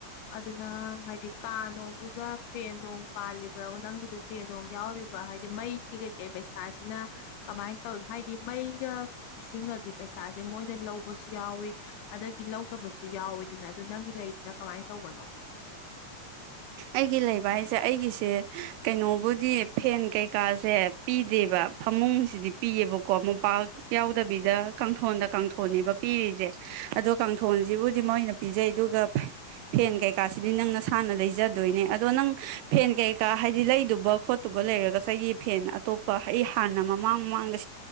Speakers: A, on the left; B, on the right.
A: ꯑꯗꯨꯅ ꯍꯥꯏꯗꯤ ꯀꯥ ꯅꯅꯨꯡꯗꯨꯗ ꯐꯦꯟ ꯅꯣꯡ ꯄꯥꯜꯂꯤꯕ꯭ꯔꯥ ꯅꯪꯒꯤꯗꯨ ꯐꯦꯟ ꯅꯅꯨꯡ ꯌꯥꯎꯔꯤꯕ꯭ꯔꯥ ꯍꯥꯏꯗꯤ ꯃꯩꯒꯤ ꯀꯩꯀꯩ ꯄꯩꯁꯥꯁꯤꯅ ꯀꯃꯥꯏꯅ ꯇꯧꯔꯤꯣ ꯍꯥꯏꯗꯤ ꯃꯩꯒ ꯏꯁꯤꯡꯉꯈꯤꯕ ꯄꯩꯁꯥꯁꯦ ꯃꯣꯏꯅ ꯂꯧꯕꯁꯨ ꯌꯥꯎꯏꯤ ꯑꯗꯒꯤ ꯂꯧꯗꯕꯁꯨ ꯌꯥꯎꯋꯤꯗꯨꯅ ꯑꯗꯨ ꯅꯪꯒꯤ ꯂꯩꯗꯨꯅ ꯀꯃꯥꯏꯅ ꯇꯧꯕꯅꯣ
B: ꯑꯩꯒꯤ ꯂꯩꯕ ꯍꯥꯏꯁꯦ ꯑꯩꯒꯤꯁꯦ ꯀꯩꯅꯣꯕꯨꯗꯤ ꯐꯦꯟ ꯀꯩꯀꯥꯁꯦ ꯄꯤꯗꯦꯕ ꯐꯃꯨꯡꯁꯤꯗꯤ ꯄꯤꯌꯦꯕꯀꯣ ꯃꯣꯄꯥꯛ ꯌꯥꯎꯗꯕꯤꯗ ꯀꯥꯡꯊꯣꯟꯗ ꯀꯥꯡꯊꯣꯟꯅꯦꯕ ꯄꯤꯔꯤꯁꯦ ꯑꯗꯣ ꯀꯥꯡꯊꯣꯟꯁꯤꯕꯨꯗꯤ ꯃꯣꯏꯅ ꯄꯤꯖꯩ ꯑꯗꯨꯒ ꯐꯦꯟ ꯀꯩꯀꯥꯁꯤꯗꯤ ꯅꯪꯅ ꯁꯥꯟꯅ ꯂꯩ ꯄꯖꯗꯣꯏꯅꯦ ꯑꯗꯣ ꯅꯪ ꯐꯦꯟ ꯀꯩꯀꯥ ꯍꯥꯏꯗꯤ ꯂꯩꯗꯨꯕ ꯈꯣꯠꯇꯨꯕ ꯂꯩꯔꯒꯁꯒꯤ ꯐꯦꯟ ꯑꯇꯣꯞꯄ ꯑꯩ ꯍꯥꯟꯅ ꯃꯃꯥꯡ ꯃꯃꯥꯡꯗ